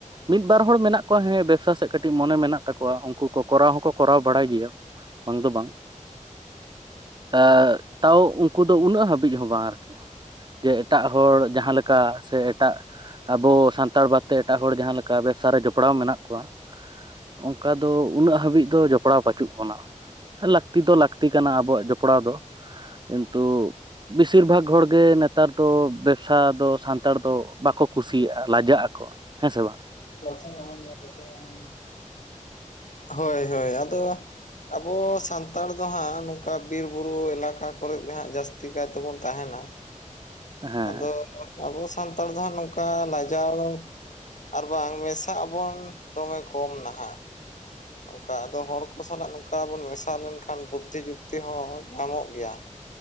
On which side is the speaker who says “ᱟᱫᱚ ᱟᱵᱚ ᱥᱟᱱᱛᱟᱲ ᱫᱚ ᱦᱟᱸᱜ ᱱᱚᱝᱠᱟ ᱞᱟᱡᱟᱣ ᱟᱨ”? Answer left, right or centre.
Left